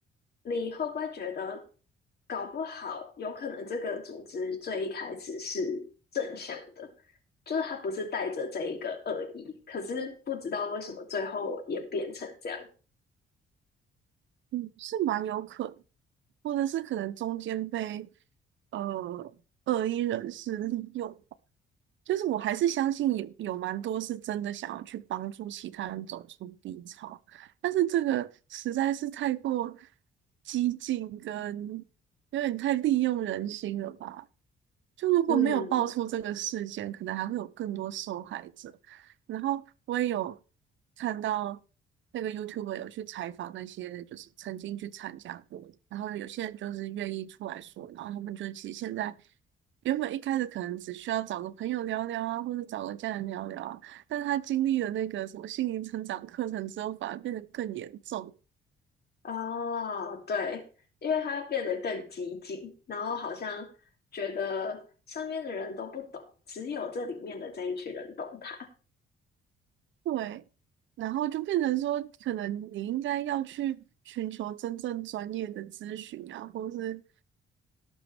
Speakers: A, on the left (about 55°); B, on the right (about 70°).
A: 你会不会觉得，搞不好有可能这个组织最一开始是正向的，就是他不是带着这一个恶意，可是不知道为什么最后也变成这样。
B: 嗯，是蛮有可能，或者是可能中间被呃恶意人士利用吧就是我还是相信有有蛮多是真的想要去帮助其他人走出低潮，但是这个实在是太过激进跟有点太利用人心了吧。就如果没有爆出这个事件，
A: 嗯，
B: 可能还会有更多受害者。然后我也有看到那个 YouTuber 有去采访那些就是曾经去参加过的然后有些人就是愿意出来说，然后他们就其实现在原本一开始可能只需要找个朋友聊聊啊，或者找个家人聊聊啊，但是他经历了那个什么心灵成长课程之后，反而变得更严重，
A: 哦，对，因为他变得更激进，然后好像觉得身边的人都不懂，只有这里面的这一群人懂他。
B: 对，然后就变成说，可能你应该要去寻求真正专业的咨询啊，或是